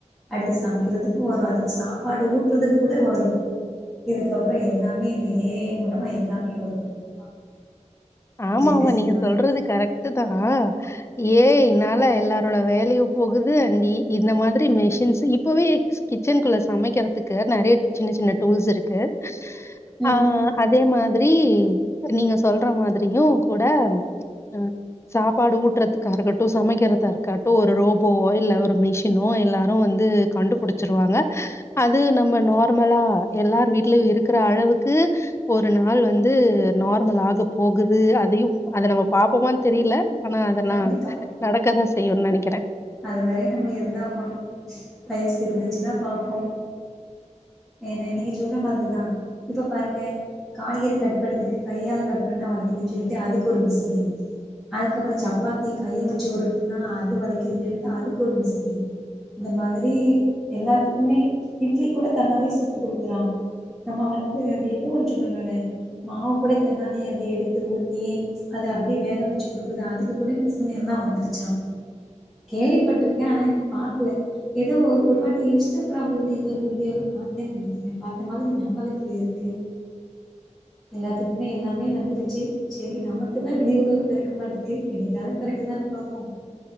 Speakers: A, in the centre; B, on the left.
A: அடுத்து சமைக்கிறதுக்கு வரு அதுக்கு சாப்பாடு ஊட்டுறதுக் கூட வரு இதுக்கு அப்புறோ எல்லாமே இந்த ஏ ஐ மூலமா எல்லாமே வரு கண்டிப்பா
B: ஆமாமா
A: ஜென்ரேஷன்
B: நீங்க
A: மாற
B: சொல்றது
A: மாற
B: கரெக்ட்டு தானா ஏஐ ன்னால எல்லாரோட வேலயு போகுது அண்ட் இந்த மாதிரி மிஷின்ஸ் இப்பவே இருக் கிச்சனுக்குள்ள சமைக்கிறதுக்கு நெறைய சின்ன சின்ன டூல்ஸ் இருக்கு
A: ம்
B: ஆ அதே மாதிரி நீங்க சொல்ற மாதிர் ரியூ கூட அ சாப்பாடு ஊட்டுறதுக்கா இருக்கட்டு சமைக்கிறதா இருக்குட்டு ஒரு ரோபோவோ இல்ல ஒரு மிஷினோ எல்லாரு வந்து கண்டுபுடிச்சுருவாங்க அது நம்ம நார்மலா எல்லாரு வீட்லயு இருக்கற அளவுக்கு ஒரு நாள் வந்து நார்மல் ஆகப்போ போகுது அதையு அத நம்ம பாப்போமா னு தெரியில ஆனா அதெல்லா
A: கண்டிப்பா
B: நடக்கதா செய்யுன்னு நெனைக்கிறே
A: அது வரையு நம்ம இருந்தா பாப்போ வயசு இருந்துச்சுன்னா பாப்போம் ஏது நீங்க சொல்ற மாதிரிதா இப்ப பாருங்க காய்கறி கட் பண்ணுதுக்கு கையால கட் பண்ணா வளிக்கிதுன்னு சொல்லிட்டு அதுக்கு ஒரு மிஸினு அதுக்கப்புறோ சப்பாத்திய கைய வச்சு ஒருட்டுன்னா அது வலிக்குதுனு சொல்லிட்டு அதுக்கு ஒரு மிசினு இந்த மாதிரி எல்லாத்துக்குமே இட்லி கூட தன்னாலே சுட்டு கொடுக்குதா நம்ம வந்து அது எது ஒன்னு சொன்னங்களே மாவு கூட தன்னாலே அது எடுத்து ஊத்தி அது அப்டியே வேக வச்சு குடுக்குது அதுக்கு கூட மிசினு எல்லா வந்துருச்சா கேள்விப்பட்டிருக்கே ஆனா இன்னு பாக்கல ஏதோ ஒரு ஒரு வாட்டி இன்ஸ்டாகிராம்லருந்து எதோ ஒரு வீடியோல பாத்தேன்னு நெனைக்கிறே பாத்த மாரி ஞாபகத்துல இருக்கு எல்லாத்துக்குமே எல்லாமே வந்துருச்சி செரி நமக்குதான் விடிவுகாலம் பிறக்க மாட்டேக்கு எனக்காவது பிறக்குதான்னு பாப்போ